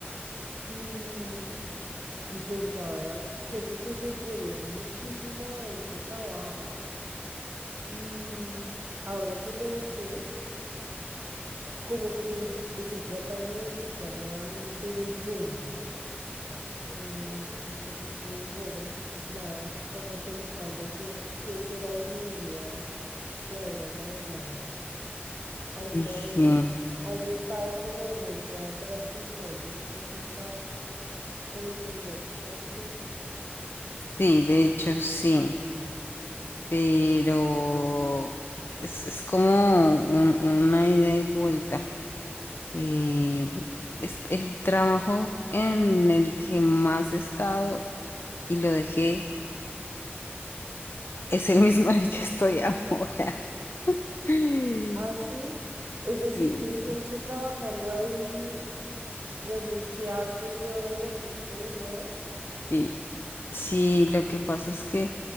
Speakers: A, on the right; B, on the left.
A: y, y pues nada, siento que le entregué muchísimo a ese trabajo y ahora que lo dejé, como que estoy tratando de encontrar nuevamente un rumbo. Eh, así que bueno, nada, como pensando que qué será de mi vida de ahora en adelante. ¿Alguna
B: Y sí,
A: vez has estado como en esa transición después de un trabajo por el que duraste tanto tiempo?
B: sí, de hecho sí. pero es, es como un- una ida y vuelta. Eh, es el trabajo en el que más he estado y lo dejé es el mismo en el que estoy ahora. <laughs>
A: Ah, sí. Es decir,
B: Sí,
A: tú estuviste trabajando ahí, renunciaste y luego volviste de nuevo.
B: sí. Sí, lo que pasa es que